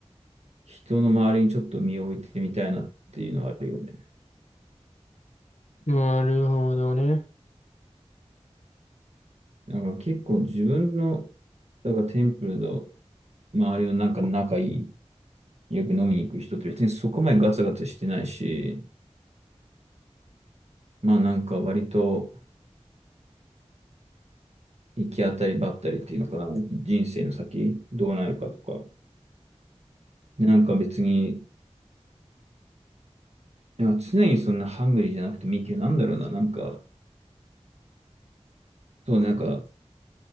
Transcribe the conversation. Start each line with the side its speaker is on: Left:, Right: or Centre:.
Right: 人の周りにちょっと身を置いてみたいなっていうのはあるよね。
Left: なるほどね。
Right: なんか結構自分の、だからテンプルの周りのなんか仲いい、よく飲みに行く人って別にそこまでガツガツしてないし、まあなんか割と、行き当たりばったりっていうのかな、人生の先、どうなるかとか、なんか別に、なんか常にそんなハングリーじゃなくてもいいけど、なんだろうな、なんか、そうね、なんか、